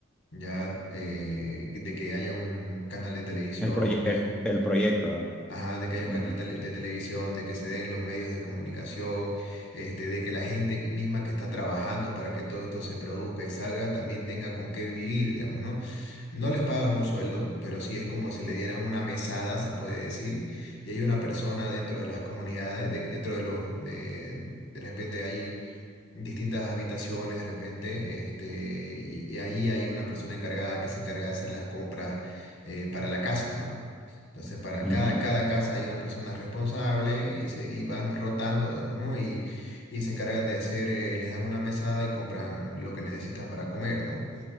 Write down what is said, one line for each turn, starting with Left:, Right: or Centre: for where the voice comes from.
Left: Ya eh, de que haya un canal de televisión,
Centre: el, proye-
Left: de,
Centre: el, el proyecto?
Left: Ajá, de que haya
Centre: Ujú,
Left: un canal tele- de televisión, de que se den los medios de comunicación, este, de que la gente que- misma que está trabajando para que todo esto se produzca y salga también tenga con qué vivir, digamos, ¿no? No les pagan un sueldo, pero sí es como si le dieran una mesada, se puede decir, y hay una persona dentro de las comunidades, de- dentro de los, de, de repente ahí distintas habitaciones de repente, este, y, y ahí hay una persona encargada que se encarga de hacer las compras eh, para la casa, ¿no? Entonces, para
Centre: ujú,
Left: cada, cada casa hay una persona responsable y, se, y van rotando, digamos, ¿no? Y, y se encargan de hacer, eh, les dan una mesada y compran lo que necesitan para comer, ¿no?